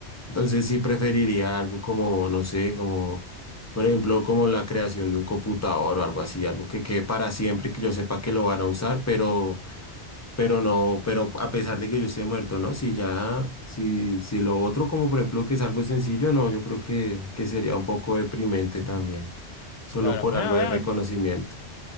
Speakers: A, on the left; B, on the left.
A: Entonces sí preferiría algo como, no sé, como, por ejemplo, como la creación de un computador o algo así, algo que quede para siempre, que yo sepa que lo van a usar, pero, pero no, pero a pesar de que yo esté muerto, ¿no? Si ya, si, si lo otro, como por ejemplo, que es algo sencillo, no, yo creo que, que sería un poco deprimente también, solo
B: Claro,
A: por
B: mirá,
A: algo de reconocimiento,
B: mirá,